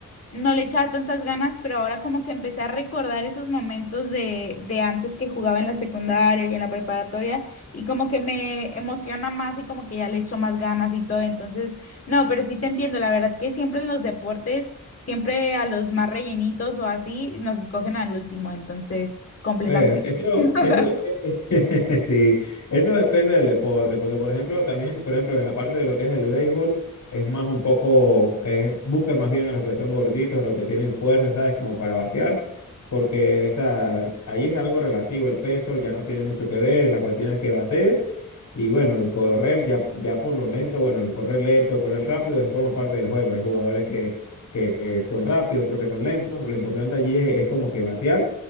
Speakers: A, on the left (about 50°); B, on the left (about 75°).
A: no le echaba tantas ganas, pero ahora como que empecé a recordar esos momentos de, de antes que jugaba en la secundaria y en la preparatoria y como que me emociona más y como que ya le echo más ganas y todo. Entonces, no, pero sí te entiendo, la verdad que siempre en los deportes, siempre a los más rellenitos o así, nos escogen al último, entonces, completamente.
B: Bueno, eso,
A: <laughs>
B: eso depende, <laughs> sí, eso depende del deporte, porque por ejemplo, también si por ejemplo en la parte de lo que es el béisbol, es más un poco, eh, busca más bien a los que son gorditos, a los que tienen fuerza, ¿sabes? Como para batear, porque o sea, ahí es algo relativo, el peso ya no tiene mucho que ver, la cuestión es que bates, y bueno, el correr ya, ya por lo lento, bueno, el correr lento, el correr rápido, es forma parte del juego, hay jugadores que, que son rápidos, otros que son lentos, lo importante allí es es como que batear